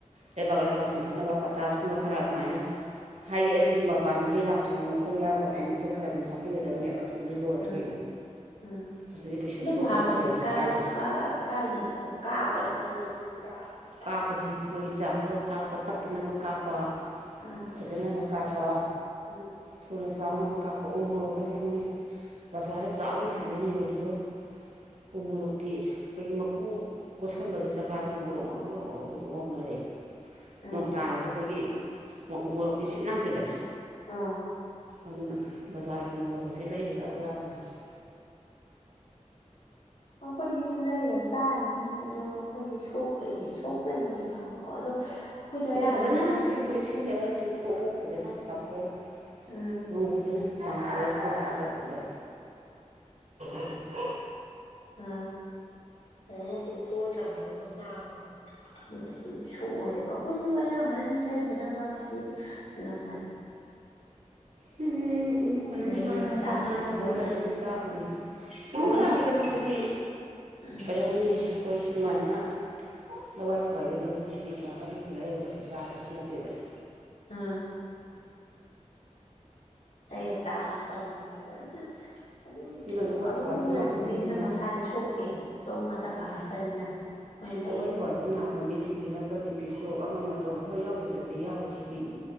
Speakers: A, on the right; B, on the left.
A: ꯂꯩꯕꯥꯛ ꯂꯩꯍꯥꯎ ꯆꯤꯡꯈꯠꯅꯕ ꯄꯇꯥꯁ ꯀꯨꯝꯕ ꯈꯔ ꯑꯗꯨꯃꯥꯏꯅ ꯍꯥꯏꯗꯤ ꯑꯗꯨꯁꯨ ꯃꯄꯥꯟ ꯃꯍꯩ ꯂꯥꯛꯇ꯭ꯔꯤꯉꯩ ꯃꯈꯣꯡ ꯌꯥꯎꯔꯛꯄ ꯇꯥꯏꯃꯤꯡꯗꯨꯗ ꯈꯔ ꯑꯗꯨꯝ ꯍꯥꯞꯄꯤꯒꯗꯕꯅꯦꯕ ꯑꯗꯨꯗꯤ ꯂꯣꯏꯔꯦ
B: ꯎꯝ
A: ꯀꯩꯅꯣ
B: ꯎꯝ
A: ꯑꯗꯨꯗꯤ ꯀꯩꯁꯨ
B: ꯑꯗꯨꯝ
A: ꯁꯣꯛꯄ
B: ꯍꯥꯞꯄꯗꯤ
A: ꯅꯠꯇꯦꯗꯅ ꯍꯛꯆꯥꯡꯗ
B: ꯀꯥꯏ ꯀꯥ ꯀꯥꯏꯗꯦꯗ ꯀꯥꯞꯄꯗꯤꯅꯦꯕ ꯃꯣꯏ ꯍꯤꯗꯥꯛ ꯑꯃ ꯀꯥꯞꯄꯛꯄꯁꯦ
A: ꯀꯥꯞꯄꯁꯤꯅꯤ ꯃꯣꯏꯒꯤ ꯆꯥꯎꯅꯕ ꯀꯥꯞꯄ ꯄꯠꯇꯅꯕ ꯀꯥꯞꯄ
B: ꯑꯥ
A: ꯐꯖꯅꯕ ꯀꯥꯞꯄ
B: ꯎꯝ
A: ꯊꯨꯅ ꯆꯥꯎꯅꯕ ꯀꯥꯞꯄ ꯎ ꯃꯣꯔꯣꯛꯀꯁꯦ ꯌꯦꯡꯉꯨꯅꯦ ꯕꯖꯥꯔꯗ ꯆꯥꯎꯋꯏ ꯐꯖꯅ ꯌꯣꯜꯂꯤꯗꯣ ꯎ ꯃꯣꯔꯣꯛꯀꯤ ꯑꯩꯈꯣꯏꯒꯤ ꯃꯀꯨ ꯀꯣꯠꯁꯟꯕꯒꯤ ꯖꯒꯥꯗꯨ ꯉꯣꯔꯣꯛ ꯔꯣꯛ ꯉꯥꯎꯔꯣꯛ ꯉꯧꯅ ꯂꯩꯕꯅꯤ
B: ꯎꯝ
A: ꯅꯣꯡꯇꯔꯁꯨ ꯑꯩꯈꯣꯏꯒꯤ ꯎꯃꯣꯔꯣꯛꯇꯤ ꯁꯤꯠ ꯅꯥꯟꯗꯦꯗꯅ
B: ꯑꯝ
A: ꯑꯗꯨꯅ ꯕꯖꯥꯔꯒꯤ ꯃꯣꯔꯣꯛꯀꯁꯦ ꯂꯩꯔ ꯆꯥꯕ ꯌꯥꯕ ꯅꯠꯇ꯭ꯔꯦ
B: ꯑꯩꯈꯣꯏꯗꯤ ꯂꯩꯔ ꯆꯥꯔꯤꯃꯤꯅꯦ ꯑꯗꯣ ꯑꯩꯈꯣꯏꯗꯤ ꯁꯣꯛꯇꯣꯏꯅꯦ ꯁꯣꯛꯇꯣꯏꯅꯦꯗꯤ ꯈꯪꯕꯀꯣ ꯑꯗꯣ ꯑꯩꯈꯣꯏꯁꯨ ꯑꯌꯥꯝꯕꯅ
A: ꯑꯗꯨ ꯐꯖꯅ ꯇꯤꯡꯊꯣꯛ ꯏꯁꯤꯡꯗ ꯇꯤꯡꯊꯣꯛꯑꯣ ꯐꯖꯅ ꯆꯥꯝꯊꯣꯛꯑꯣ
B: ꯎꯝ
A: ꯅꯣꯡꯃ ꯐꯖꯅ <unintelligible>
B: ꯑ ꯐꯖꯥꯅ ꯇꯤꯊꯣꯛꯑ ꯆꯥꯝꯊꯣꯛꯑꯒ ꯆꯥꯕꯀꯣ ꯀꯩꯁꯨ ꯁꯣꯛꯑꯣꯏꯌꯦꯕ ꯑꯩꯈꯣꯏꯁꯨ ꯑꯌꯥꯝꯕꯅꯗꯤ ꯂꯩꯗꯅꯕ ꯍꯥꯏꯗꯤ ꯂꯝ
A: <unintelligible> ꯏꯃꯨꯡ <unintelligible>
B: ꯂꯩꯔꯒ
A: ꯃꯔꯣꯏ ꯃꯄꯥꯛ
B: ꯆꯥꯗꯅꯕ
A: ꯃꯅꯥ ꯃꯁꯤꯡ
B: ꯍꯣꯠꯅꯔ
A: ꯈꯔꯗꯤ ꯑꯗꯨꯝ ꯆꯥꯔꯗꯝꯃꯤ ꯏꯃꯨꯡ
B: ꯎꯝ
A: ꯃꯅꯨꯡꯒꯤꯗꯃꯛꯇꯗꯤ
B: ꯎꯝ
A: ꯀꯩꯗꯧꯅꯤ ꯑꯩꯈꯣꯏ ꯁꯨꯃꯥꯏꯅ ꯂꯋꯥꯏ ꯊꯋꯥꯏꯗ ꯂꯩꯕꯁꯤꯗꯤ ꯀꯌꯥ ꯀꯥꯟꯅꯁꯨ ꯂꯩꯔꯒꯁꯨ ꯆꯥꯕꯁꯨ ꯅꯠꯇꯦꯗꯅ
B: ꯑꯥꯝ ꯂꯩꯔ ꯆꯥꯕꯗꯤ ꯇꯧꯅꯔꯦ ꯑꯗꯨꯅ ꯑꯗꯨꯝ
A: ꯑꯗꯨꯅ
B: ꯁꯨꯝ
A: ꯂꯋꯥꯏ
B: ꯑꯗꯣꯝꯅ
A: ꯊꯋꯥꯏꯗ ꯅꯥꯕꯁꯤꯡꯁꯤꯅ
B: ꯂꯩꯕ ꯃꯤꯁꯤꯅ ꯃꯁꯥꯁꯦ ꯁꯣꯛꯇꯦ ꯁꯣꯝ ꯥꯜ
A: ꯃꯥꯅ
B: ꯄꯅ ꯃꯣꯏ <inaudible>
A: ꯂꯋꯥꯏ ꯊꯋꯥꯏꯗ ꯅꯥꯕ ꯃꯤꯁꯤꯡꯁꯤꯅ ꯀꯩ ꯕꯤ ꯄꯤ ꯁꯣꯞ ꯑꯃ ꯑꯃ ꯇꯧꯕ ꯍꯣꯏ ꯌꯥꯎꯗꯕꯗꯤ ꯌꯥꯎꯔꯤꯁꯤꯗꯤ